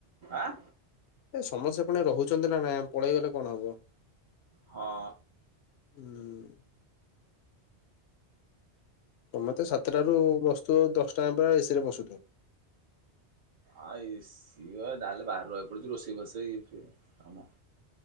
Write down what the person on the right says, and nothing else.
ଆଁ
ହଁ।
ଆଁ ଏ ସିଏ ଯାହେଲେ ବାହାରେ ରହିବାକୁ ପଡୁଛି, ରୋଷେଇ ବସେଇ ଇଏ ଫିଏ କାମ।